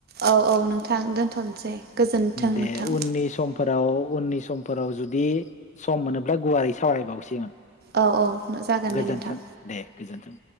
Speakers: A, on the right (about 50°); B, on the left (about 35°).
A: औ औ नोंथां दोनथ'नोसै गोजोनथों
B: दे
A: नोंथां।
B: उननि समफोराव उननि समफोराव जुदि सम मोन बा गुवारै सावरायबावसिगोन
A: औ औ जागोन
B: गोजोन्थों
A: दे नोंथां
B: दे गोजोन्थों।